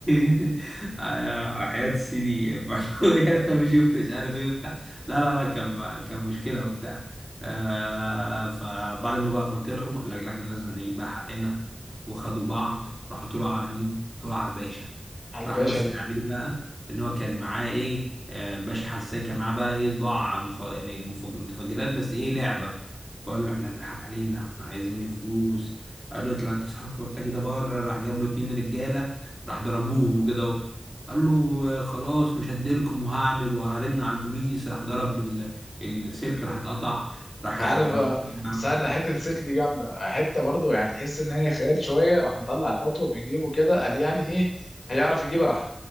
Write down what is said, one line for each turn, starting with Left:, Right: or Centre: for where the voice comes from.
Centre: <laughs> على حياة سيدي <laughs> فلوية، انا مش يخت مش عارف ايه وبتاع لا لا لا كان كان مشكلة وبتاع آه فبعد ما بقى ما طلعوا قال لك لا احنا لازم نجيب بقى حقنا وخدوا بعض راحوا طلعوا على مين؟ طلعوا على الباشا
Left: على
Centre: راح
Left: الباشا
Centre: مثل
Left: اللي
Centre: عليه بقى ان هو كان معاه ايه آه باشا حسان كان معاه بقى ايه صباع مخ... يعني مفج... متفجرات بس ايه لعبة وقال له احنا اتضحك علينا احنا عايزين فلوس قال له اطلع انت صاحبك البلطجي ده بره راح جاب له اتنين رجاله راح ضربوهم كده اهو قال له آه، خلاص مش هديلكم وهعمل وهرن على البوليس راح ضرب ال- السلك راح اتقطع راح
Left: عارف
Centre: بركات الجماعة.
Left: استنى حته السيرك دي جامده حته برضو يعني تحس ان هي خيال شويه راح مطلع المطوه من جيبه كده قال يعني ايه هيعرف يجيبها راح